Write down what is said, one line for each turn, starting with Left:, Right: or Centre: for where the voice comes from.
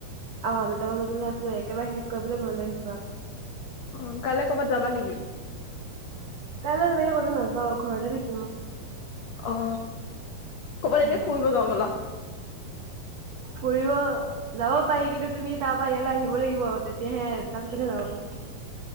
Right: অ', দুটামান বজালে আছো, একেবাৰে শেষ কৰি পেলাই ঘৰলৈ আহিছো আৰু।
Left: অ', কাইলে ক'ৰবাত যাবা নেকি?
Right: কাইলৈ তেনেকে ক'তো নাযাওঁ, ঘৰতে থাকিম।
Left: অ', ক'বাত
Right: উম,
Left: এনে ফুৰিব যাওঁ ব'লা।
Right: ফুৰিব যাব, যাব পাৰি কিন্তু তুমি তাৰ পৰা ইয়ালৈ আহিব লাগিব, তেতিয়াহে তাৰ পিছতহে যাব পাৰি।